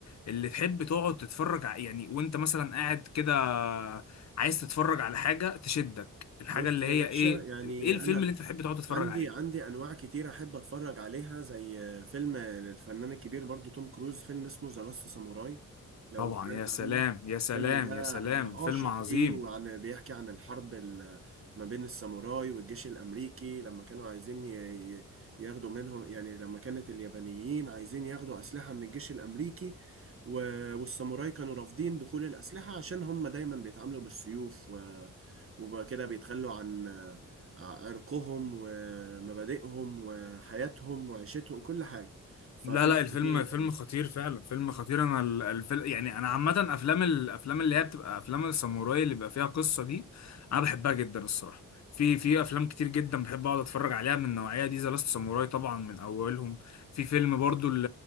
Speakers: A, on the left (about 55°); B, on the right (about 40°).
A: اللي تحب تقعد تتفرج ع- يعني وانت مثلا قاعد كده عايز تتفرج على حاجه تشدك الحاجه
B: بص
A: اللي
B: يا
A: هي
B: باشا
A: ايه
B: يعني
A: ايه الفيلم
B: انا
A: اللي انت تحب تقعد تتفرج
B: عندي
A: عليه
B: عندي انواع كتير احب اتفرج عليها زي فيلم الفنان الكبير برضو توم كروز فيلم اسمه ذا لاست ساموراي لو
A: طبعا
B: سمعت
A: يا سلام
B: عنه
A: يا سلام
B: الفيلم ده
A: يا سلام
B: انا
A: فيلم
B: عاشق
A: عظيم
B: ليه وعن بيحكي عن الحرب ال- ما بين الساموراي والجيش الامريكي لما كانوا عايزين ي- ي- ياخدوا منهم يعني لما كانت اليابانيين عايزين ياخدوا اسلحة من الجيش الامريكي و- والساموراي كانوا رافضين دخول الاسلحة عشان هم دايما بيتعاملوا بالسيوف وبقى كده بيتخلوا عن آه، عرقهم ومبادئهم وحياتهم وعيشتهم كل حاجة ففيلم
A: لا لا الفيلم
B: كبير
A: فيلم خطير فعلا فيلم خطير انا ال- الفيلم يعني انا عامه افلام الافلام اللي هي بتبقى افلام الساموراي اللي بيبقى فيها قصه دي انا بحبها جدا الصراحه في في افلام كتير جدا بحب اقعد اتفرج عليها من النوعيه دي ذا لاست ساموراي طبعا من اولهم في فيلم برضو ل-